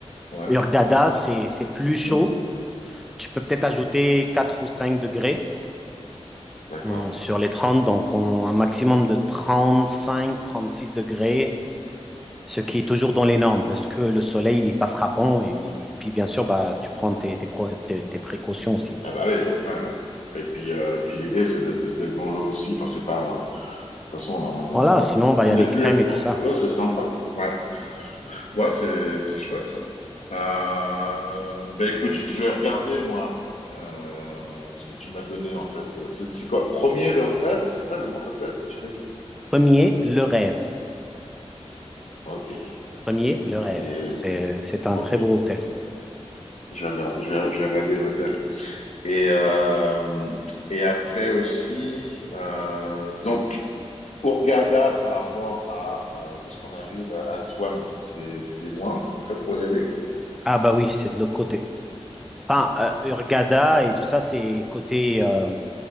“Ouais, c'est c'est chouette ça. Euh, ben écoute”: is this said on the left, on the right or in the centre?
Left